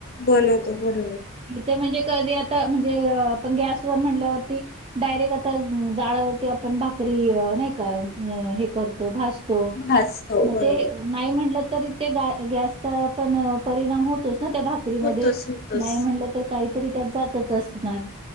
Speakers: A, on the left; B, on the right.
A: बनवतो बरोबर.
B: इथे म्हणजे कधी आता म्हणजे आपण गॅस वर म्हणल्यावरती डायरेक्ट. आ जाडवरती आपण भाकरी नाही का हे करतो भास.
A: भाजतो
B: <unintelligible>
A: बरोबर
B: नाही म्हटलं तरी ते गॅसचा पण परिणाम होतोच ना त्या नकरी
A: होतोच
B: म
A: होतोच
B: नाही म्हणलं तर काहीतरी त्यात जातच असणार.